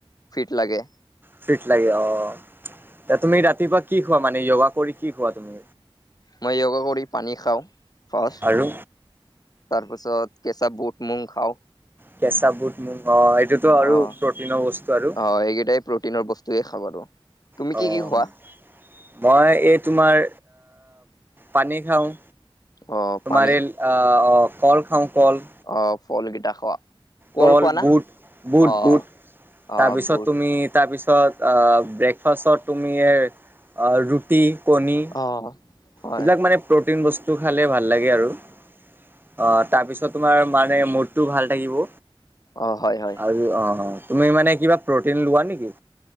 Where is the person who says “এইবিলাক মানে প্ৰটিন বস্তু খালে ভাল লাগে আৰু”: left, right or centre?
Right